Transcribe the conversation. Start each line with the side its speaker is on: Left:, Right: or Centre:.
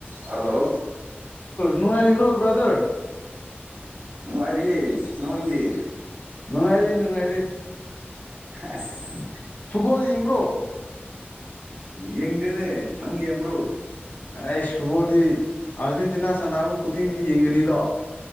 Right: hello
Left: ꯅꯅꯨꯡꯔꯤ ꯏꯕ꯭ꯔꯣ ꯭ꯔꯗꯔ
Right: ꯅꯅꯨꯡꯥꯏꯔꯤ ꯅꯣꯡꯗꯤ
Left: ꯅꯨꯡꯉꯥꯏꯔꯤ ꯅꯨꯡꯉꯥꯏꯔꯤ
Right: ꯑꯁ
Left: ꯐꯨꯠꯕꯣꯜ ꯌꯦꯡꯕ꯭ꯔꯣ
Right: ꯌꯦꯡꯗꯦꯅꯦ ꯅꯪ ꯌꯦꯡꯕ꯭ꯔꯣ
Left: ꯑꯩ ꯐꯨꯕꯣꯗꯤ ꯑꯥꯔꯖꯦꯟꯇꯤꯅꯥ ꯁꯥꯟꯅꯕ ꯈꯨꯗꯤꯡꯗꯤ ꯌꯦꯡꯉꯅꯤꯗꯣ